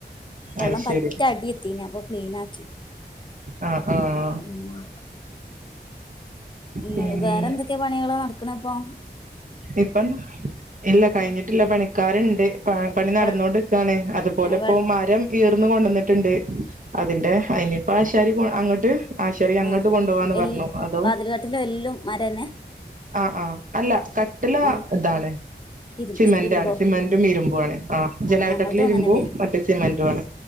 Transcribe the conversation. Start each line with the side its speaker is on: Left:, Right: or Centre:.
Left: വെള്ളം
Right: അത്
Left: പറ്റ
Right: ശരി
Left: അടി എത്തീനി അപ്പം ക്ലീൻ ആക്കി
Right: ആഹ് ആഹ്
Left: മ്മ് ങ്ങൾ
Right: പിന്നെ
Left: വേറെന്തൊക്കെ പണികളാ നടക്ക്ണപ്പം
Right: ഇപ്പം ഇല്ല കയിഞ്ഞിട്ടില്ല പണിക്കാര്ണ്ട് പണി നടന്നൊണ്ട്ക്കാണ്
Left: വെ
Right: അത്പോലെ ഇപ്പോ
Left: വെ
Right: മരം യീർന്ന് കൊണ്ടോന്ന്ട്ട്ണ്ട് അതിന്റെ അയ്ന് ഇപ്പാ ആ ശ് കേറിക്കുണോ അങ്ങട്ട് ആശാരി അങ്ങട്ട്
Left: ആ
Right: കൊണ്ടുപോവാന്ന്
Left: എൽ
Right: പറഞ്ഞു അതും
Left: വാതിൽകട്ടിലും എല്ലും മരന്നെ
Right: ആ ആ അല്ല കട്ടില
Left: ആ
Right: ഇതാണ്
Left: ഇരു
Right: സിമെന്റാണ്
Left: ഇരുമ്പോ
Right: സിമെന്റും ഇരും വാണ് ആ ജനാലക്കട്ടില
Left: ഞങ്ങളതും അങ്ങനെന്നെ
Right: ഇരുമ്പും മറ്റേ സിമെന്റു ആണ്